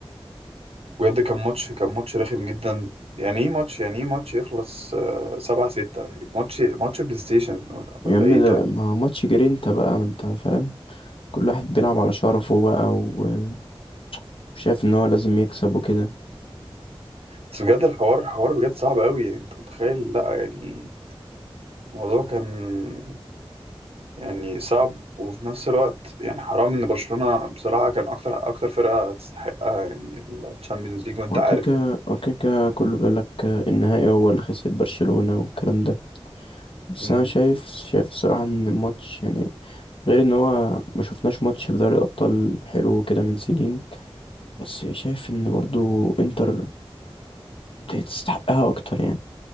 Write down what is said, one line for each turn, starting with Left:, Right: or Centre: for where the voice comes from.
Right: بجد كان ماتش كان ماتش رخم جدا يعني ايه ماتش يعني ايه ماتش يخلص آه، سبعة ستة ماتش ماتش بلاي ستيشن ولا,
Left: يا
Right: ولا
Left: عم
Right: ايه
Left: ده
Right: طيب
Left: ما ماتش جرينتا بقى ما انت فاهم كل واحد بيلعب على شرفه بقى و- وشايف ان هو لازم يكسب وكده
Right: بس بجد الحوار حوار بجد صعب قوي انت متخيل لا يعني الموضوع كان يعني صعب وفي نفس الوقت يعني حرام ان برشلونة بصراحة كان اكتر اكتر فرقة تستحقها يعني الشامبيونز ليج وانت
Left: وكيكا
Right: عارف يعني
Left: وكيكا كله بيقول لك النهائي هو اللي خسر برشلونه والكلام ده بس
Right: مم.
Left: انا شايف شايف صراحة ان الماتش يعني غير ان هو ما شفناش ماتش في دوري الابطال حلو كده من سنين بس شايف ان برضو انتر تستحقها اكتر يعني